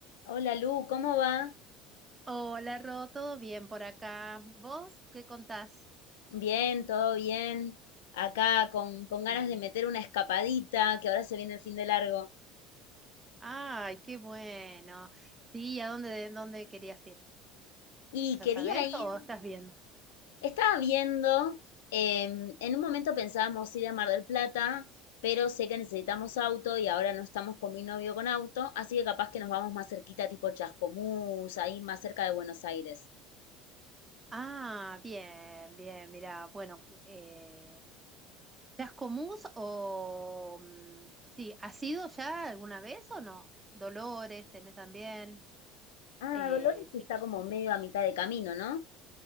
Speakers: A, on the left; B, on the right.
A: Hola Lu, ¿cómo va?
B: Hola, Ro, ¿todo bien por acá? ¿Vos qué contás?
A: Bien, todo bien. Acá con, con ganas
B: Bueno,
A: de meter una escapadita, que ahora se viene el fin de largo.
B: Ay, qué bueno. Sí, ¿a dónde, dónde querías ir?
A: Y
B: ¿Ya
A: quería
B: sabés
A: ir,
B: o estás viendo?
A: estaba viendo, em, en un momento pensábamos ir a Mar del Plata, pero sé que necesitamos auto y ahora no estamos con mi novio con auto, así que capaz que nos vamos más cerquita, tipo Chascomús, ahí más cerca de Buenos Aires.
B: Ah, bien, bien, mira, bueno, eh, ¿Chascomús o... mm, Sí, ¿has ido ya alguna vez o no? Dolores, tenés también,
A: Ah,
B: Eh,
A: Dolores está como medio a mitad de camino, ¿no?